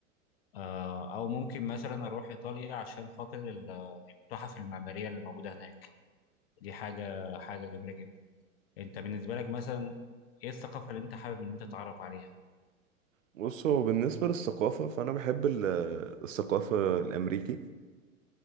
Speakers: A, on the left; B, on the right.
A: آه، او ممكن مثلا اروح ايطاليا عشان خاطر ال- التحف المعماريه اللي موجوده هناك دي حاجه حاجه جميله جدا انت بالنسبه لك مثلا ايه الثقافه اللي انت حابب ان انت تتعرف عليها
B: بصوا بالنسبة للثقافة فانا بحب ال- الثقافة الامريكي